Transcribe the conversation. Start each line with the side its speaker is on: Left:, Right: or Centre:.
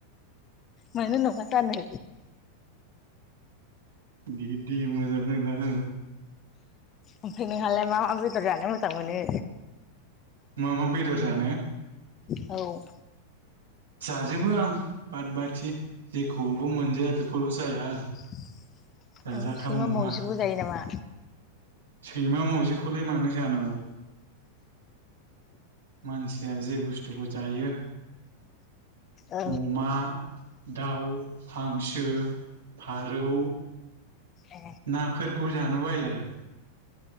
Left: मानो नङा जानो।
Right: बिदि मोजांहोना हो।
Left: ओमफ्राय नोंहालाय मा मा बेदर जानो मोजां मोनो?
Right: मा मा बेदर जानो।
Left: औ
Right: जाजोबो आं बाद बाखि जेखौल' मोनजाया बेखौल' जाया आरो
Left: <inaudible>
Right: जाजाथाव
Left: सैमा
Right: नङा
Left: मावजिखौ जायो नामा
Right: सैमा मावजिखौलाय मा मानो जानांगौ मानसिया जे - बुस्थुखौ जायो
Left: औ
Right: अमा, दाउ- हांसो, फारौ
Left: ए
Right: नाफोरखौ जानो बायो आरो।